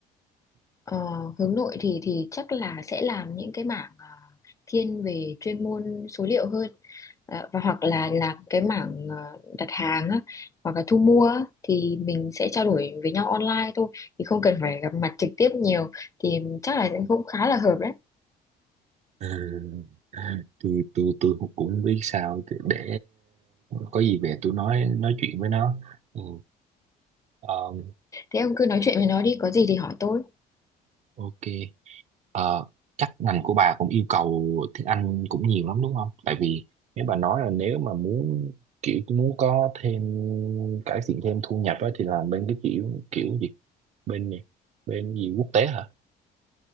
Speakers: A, on the left; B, on the right.
A: ờ, hướng nội thì thì chắc là sẽ làm những cái mảng ờ, thiên về chuyên môn số liệu hơn. Ờ, và hoặc là làm cái mảng ờ, đặt hàng á, hoặc là thu mua á, thì mình sẽ trao đổi với nhau online thôi thì không cần phải gặp mặt trực tiếp nhiều thì chắc là cũng khá là hợp đấy
B: À, à, tôi tôi tôi cũng cũng biết sao để để có gì về tôi nói nói chuyện với nó ừ. Ờ,
A: thế ông cứ nói chuyện với nó đi có gì thì hỏi tôi
B: ok Ờ, chắc ngành của bà cũng yêu cầu tiếng Anh cũng nhiều lắm đúng không tại vì nếu bà nói là nếu mà muốn kiểu muốn có thêm cải thiện thêm thu nhập á, thì làm bên cái kiểu kiểu gì bên gì bên gì quốc tế hả